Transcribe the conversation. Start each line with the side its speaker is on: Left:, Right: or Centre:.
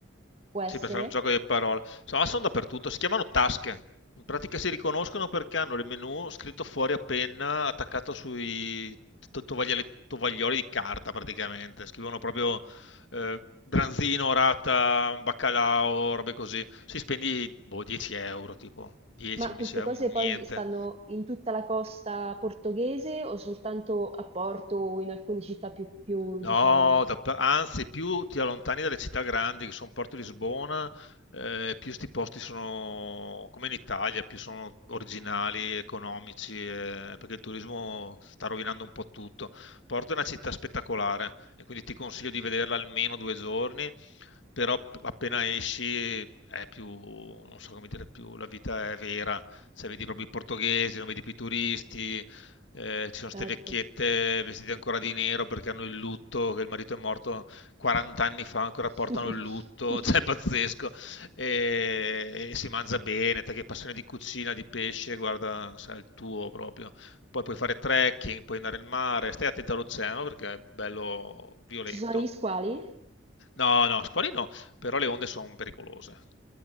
Right: può essere.
Left: Sì, per fare un gioco di parole. Insomma, sono dappertutto. Si chiamano tasche. In pratica si riconoscono perché hanno il menu scritto fuori a penna, attaccato sui to- tovagliali- tovaglioli di carta praticamente. Scrivono proprio eh, branzino, rata, baccalao, robe così. Si spendi boh, 10 euro, tipo 10-11
Right: Ma queste
Left: euro,
Right: cose
Left: un niente.
Right: poi stanno in tutta la costa portoghese o soltanto a Porto o in alcune città più, più,
Left: No,
Right: diciamo,
Left: da- anzi, più ti allontani dalle città grandi, che sono Porto Lisbona, eh, più sti posti sono, come in Italia, più sono originali, economici, eh, perché il turismo sta rovinando un po' tutto. Porto è una città spettacolare e quindi ti consiglio di vederla almeno due giorni, però p- appena esci è più, non so come dire, più la vita è vera, cioè vedi proprio i portoghesi, non vedi più i turisti, eh, ci sono
Right: certo.
Left: ste vecchiette vestite ancora di nero perché hanno il lutto, che il marito è morto 40 anni fa, ancora portano
Right: <laughs>
Left: il lutto, <laughs> cioè è pazzesco. E, e si mangia bene, te che hai passione di cucina, di pesce, guarda, sai, il tuo proprio. Poi puoi fare trekking, puoi andare al mare, stai attento all'oceano perché è bello violento.
Right: Ci sono gli squali?
Left: No, no, squali no, però le onde sono pericolose.